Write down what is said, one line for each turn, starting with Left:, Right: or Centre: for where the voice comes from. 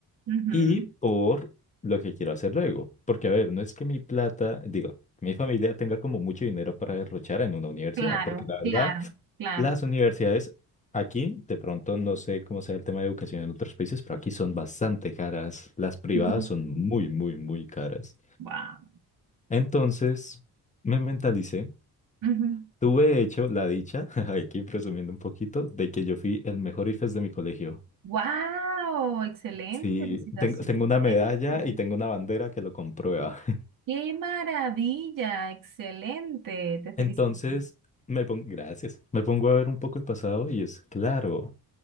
Right: ujú.
Left: y por lo que quiero hacer luego. Porque, a ver, no es que mi plata, digo, mi familia tenga como mucho dinero para derrochar en una universidad,
Right: Claro,
Left: porque la
Right: claro,
Left: verdad...
Right: claro.
Left: Las universidades aquí, de pronto no sé cómo sea el tema de educación en otros países, pero aquí son bastante caras. Las privadas
Right: Ujú.
Left: son muy, muy, muy caras.
Right: Wow.
Left: Entonces, me mentalicé.
Right: Ujú.
Left: Tuve, de hecho, la dicha, <laughs> aquí presumiendo un poquito, de que yo fui el mejor IFES de mi colegio.
Right: Wow, excelente,
Left: Sí,
Right: felicitaciones
Left: tengo, tengo una
Right: por
Left: medalla
Right: eso.
Left: y tengo una bandera que lo comprueba.
Right: Qué maravilla, excelente,
Left: <laughs>
Right: te felicito.
Left: Entonces, me pongo, gracias, me pongo a ver un poco el pasado y es claro,